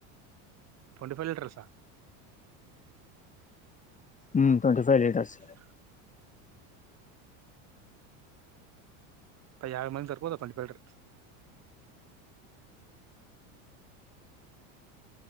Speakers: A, on the right; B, on the left.
A: ట్వంటీ ఫైవ్ లీటర్సా
B: ఉమ్ ట్వంటీ ఫైవ్ లీటర్స్
A: అ యాభై మంది జర్పోతారూ <unintelligible>